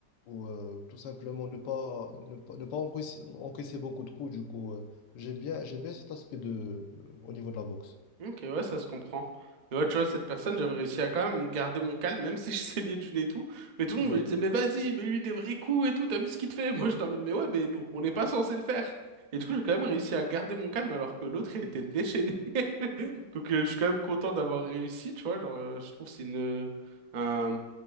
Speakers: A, on the left; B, on the right.
A: ou euh, tout simplement ne pas ne pas, ne pas encaisser, encaisser beaucoup de coups. Du coup, euh, j'aime bien j'aime bien cet aspect de euh, au niveau de la boxe.
B: Ok, ouais, ça se comprend. Mais ouais, tu vois, cette personne, j'avais réussi à quand même garder mon calme, même si je <laughs> saignais du nez et tout. Mais tout le monde
A: Ouais.
B: me disait, mais vas-y, mais lui des vrais coups et tout, t'as vu ce qu'il te fait? <laughs> Moi, j'étais en mode, mais ouais, mais nous, on n'est pas censé le faire. Et du coup, j'ai quand même réussi à garder mon calme alors que l'autre, il était déchaîné. <laughs> Donc, euh, je suis quand même content d'avoir réussi, tu vois. Genre, euh, je trouve que c'est une, euh, un,